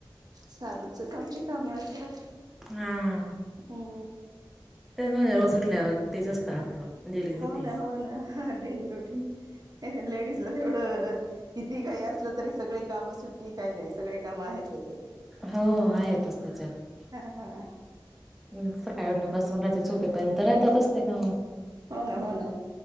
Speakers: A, on the right; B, in the centre.
A: चालूच आहेत आमचे काम आज जरा
B: हम्म
A: हो
B: तेच म्हणते रोज उठल्यावर तेच असतं आपलं डेली
A: हो
B: रुटीन
A: ना हो ना डेली रुटीन लेडीज ला तेवढं कितीही घाई असलं तरी सगळे कामं सुट्टी काही नाही सगळे काम आहेतच.
B: हो आहेतच त्याच्यात
A: हा हा
B: हम्म सग काय उठल्या पासून रात्री झोपेर्यंत राहत्यातच ते काम
A: हो ना हो ना